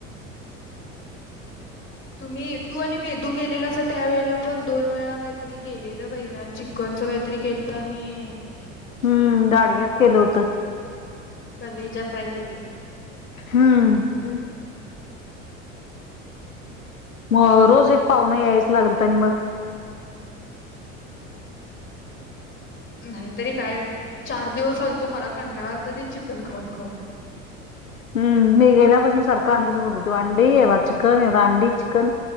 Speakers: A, on the left; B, on the left.
A: तुम्ही -तू आणि वेदु गेलेलासा ति त्या वेळेला पण दोन वेळा काहीतरी केलेलं बहिना चिककनच काहीतरी केलं त आणि-
B: हम्म गाडग्यात केलं होत-
A: कलेजा फ्राय केलेलं
B: हम्म. मग रोज एक पाहुना यायचं लागल तनी मग-
A: नाहीतरी काय चार दिवस आलतो मला कंटाळा आलता ते चिकन खाऊन खाऊन-
B: हम्- मी गेल्यापासून सारखं अंडच होत होत त अंडी चिकन, अंडी चिकन